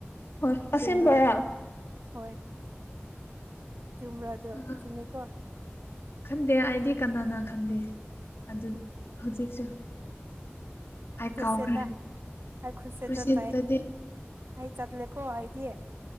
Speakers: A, on the left (about 65°); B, on the right (about 60°).
A: ꯍꯣꯏ ꯑꯁꯦꯡꯕꯔꯥ
B: ꯆꯨꯝꯕ꯭ꯔ ꯑꯗꯨ ꯍꯣꯏ ꯆꯨꯝꯕ꯭ꯔ ꯗꯣ
A: ꯑꯥ
B: ꯆꯨꯝꯃꯤ ꯀꯣ
A: ꯈꯟꯗꯦ ꯑꯩꯗꯤ ꯀꯅꯥꯅ ꯈꯟꯗꯦ ꯑꯗꯨ ꯍꯧꯖꯤꯛꯁꯨ ꯑꯩ
B: ꯈꯨꯔꯁꯦꯗ
A: ꯀꯥꯎꯈ꯭ꯔꯦ
B: ꯑꯩ ꯈꯨꯔꯁꯦꯗ
A: ꯀ꯭ꯔꯨꯁꯦꯠꯇꯗꯤ
B: ꯂꯩ ꯑꯩ ꯆꯠꯂꯦꯀꯣ ꯑꯩꯗꯤ